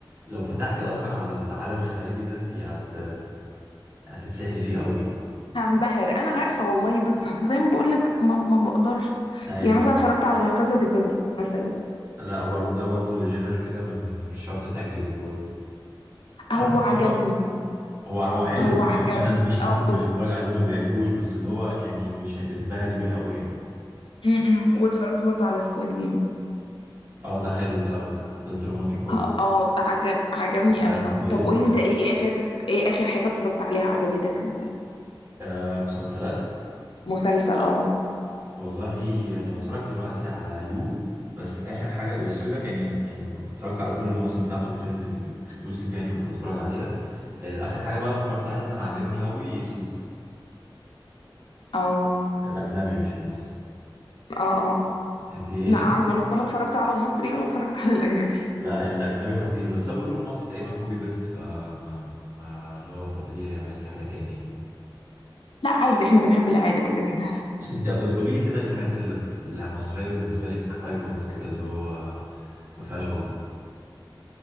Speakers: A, on the right; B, on the left.
A: لو فتحتي اصلا على العالم الخارجي ده انت هت هتتسحلي فيه قوي يعني.
B: هنبهر انا عارفه والله بس زي ما بقول لك ما, ما بقدرش
A: ايوه
B: يعني
A: فاهم.
B: مثلا اتفرجت على لا كازا دي بابل مثلا
A: لا برضو ده برضو جنرال كده من الشرط تعجبك برضو
B: هو
A: عارف
B: عجبني
A: هو هو حلو
B: هو عجبني
A: عامة مفيش حد
B: اه
A: بيتفرج
B: بس
A: عليه ما بيعجبوش بس اللي هو يعني مش هتنبهري بيه قوي يعني
B: امم واتفرجت برضو على سكواد جيم
A: اه ده حلو ده قوي ده ده الدراما فيه كويس
B: اه آه، عجب عجبني
A: مادة
B: قوي اه
A: كويس
B: طب قولي
A: قوي
B: انت ايه اخر ايه اخر حاجة اتفرجت عليها عجبتك مثلا
A: آه مسلسلات
B: مسلسل اه
A: والله انا بتفرج دلوقتي على يو بس اخر حاجة بس يو ده كان يعني اتفرجت على كل المواسم بتاعته بتنزل اكسكلوسيف يعني كنت بتفرج عليها آه اخر حاجة بقى اتفرجت عليها وكان عاجبني قوي سوتس
B: اه
A: الاجنبي مش المصري
B: اه اه
A: انت
B: لا
A: شفت
B: عايزة اقول لك ولا اتفرجت على المصري ولا اتفرجت على الاجنبي
A: لا الاجنبي خطير بس هو بيقولوا المصري تقريبا كوبي بيست فما ما- ما- اللي هو طب ليه اعيد حاجه تاني
B: لا عادي احنا بنحب العادة كده كده
A: <laughs> انت طب قولي لي كده ايه الحاجات اللي في- اللي المصريه بالنسبه لك ايكونز كده اللي هو ما فيهاش غلطه